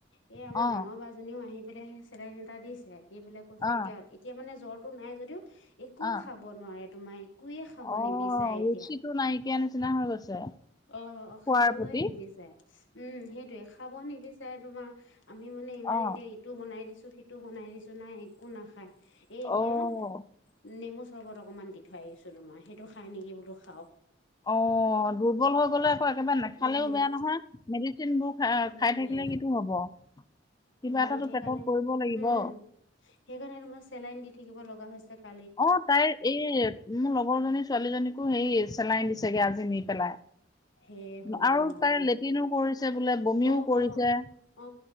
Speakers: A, on the left; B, on the left.
A: এই আমাৰ
B: অ
A: ডাঙৰ বা জনীও আহি লে সেই চেলেন এটা দিছে, দি পেলাই কৈছে
B: অ
A: এতিয়া এতিয়া মানে জ্বৰটো নাই যদিও একো
B: অ
A: খাব নোৱাৰে। তোমাই একোৱে খাব
B: অ
A: নিবিচাৰে
B: ৰুচিটো
A: এতিয়া।
B: নাইকিয়া নিচিনা হৈ গৈছে
A: অ অ
B: খোৱাৰ
A: খাবলৈয়ে
B: প্ৰতি
A: নিবিচাৰে উম সেইটোৱে খাব নিবিচাৰে তোমাৰ আমি মানে ইমান
B: অ
A: এতিয়া ইটো বনাই দিছোঁ সিটো বনাই দিছোঁ নাই একো নাখায় এই এতিয়া
B: অ
A: নেমু চৰ্বত অকণমান দি থৈ আহিছো তোমাৰ সেইটো খাই নেকি বোলো খাওক
B: অ দুৰ্বল হৈ গ'লে আকৌ একেবাৰে নাখালেও
A: উম
B: বেয়া নহয় মেডিচিনবোৰ খ
A: সেইটোৱে
B: খাই থাকিলে কিটো হ'ব কিবা
A: তোমাৰ
B: এটাতো
A: সেইকাৰণে
B: পেটত পৰিব লাগিব
A: উম সেইকাৰণে তোমাৰ চেলাইন দি থাকিব লগা হৈছে কাৰ
B: অ তাইৰ এই মোৰ লগৰজনী ছোৱালীজনীকো সেই চেলাই দিছে চাগে আজি নি পেলাই
A: হে ভগৱান
B: আৰু তাই লেট্ৰিনো কৰিছে বোলে বমিও
A: অ
B: কৰিছে
A: অ অ